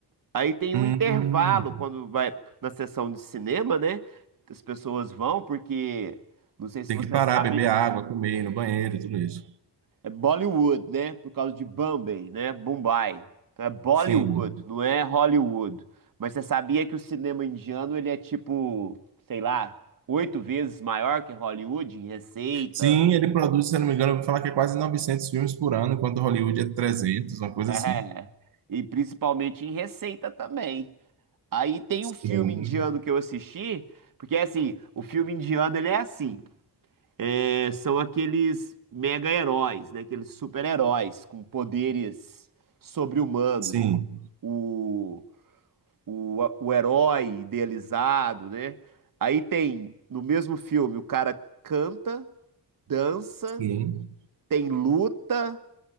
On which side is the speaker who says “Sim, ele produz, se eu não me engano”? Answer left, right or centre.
Right